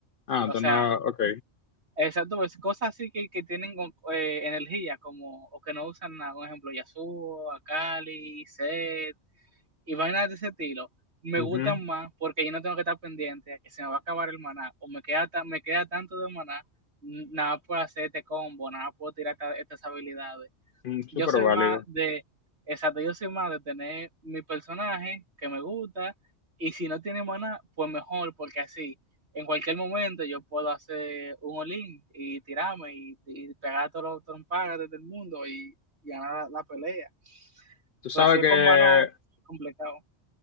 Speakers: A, on the left (about 60°); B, on the right (about 60°).
A: Ah,
B: O
A: entonces,
B: sea,
A: no, ok.
B: Exacto, pues cosas así que, que tienen con- eh, energía, como, o que no usan nada, por ejemplo, Yasuo, Akali, Zed, y vainas de ese estilo, me
A: Ujú.
B: gustan más porque yo no tengo que estar pendiente a que se me va a acabar el maná, o me queda, ta- me queda tanto de maná, n- nada puedo hacer este combo, nada puedo tirar esta- estas habilidades
A: Mm, súper
B: yo soy
A: válido.
B: más de, exacto, yo soy más de tener mi personaje que me gusta y si no tiene maná, pues mejor, porque así en cualquier momento yo puedo hacer un olín y tirarme y, y pegar a todos los trompagas del mundo y, y ganar la, la, pelea.
A: Tú sabes
B: Pero si es
A: que
B: con maná, es complicado.